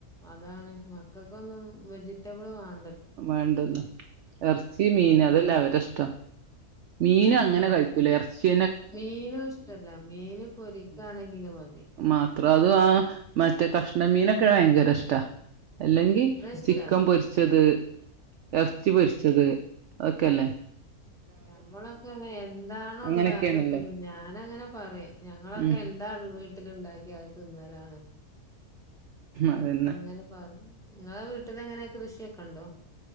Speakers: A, in the centre; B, on the right.
A: അതാണ് മക്കൾക്കൊന്നും വെജി വെജിറ്റബിൾ വാൻ
B: വേണ്ടല്ല ഇറച്ചി മീൻ
A: ഉം
B: അതല്ല അവരെ ഇഷ്ടം മീന്
A: ആഹ്
B: അങ്ങനെ
A: അതന്നെ
B: കഴിക്കൂല ഇറച്ചി
A: മീനും ഇഷ്ടല്ല മീൻ പൊരിക്കയാണെങ്കിലും
B: മാത്രം അത് ആ മറ്റെ കഷ്ണം മീനക്ക ഭയങ്കര ഇഷ്‌ട അല്ലെങ്കി
A: ഇവിടെ ഇഷ്ടാ
B: ചിക്കൻ പൊരിച്ചത് ഇറച്ചി പൊരിച്ചത് അതൊക്കെ അല്ലേ
A: ഞമ്മളൊക്കെയ എന്താണ
B: അങ്ങനെയൊക്കെയാണല്ലോ
A: ഉള്ള അത് തിന്നും ഞാന് അങ്ങനെ പറയാ ഞങ്ങളൊക്കെ
B: ഉം
A: എന്താവീട്ടി ഉണ്ടാക്കി അതു തിന്നലാണ്
B: അതന്നെ
A: അങ്ങനെ പറ നിങ്ങളെ വീട്ടില് എങ്ങനെ കൃഷിയക്കെ കണ്ടോ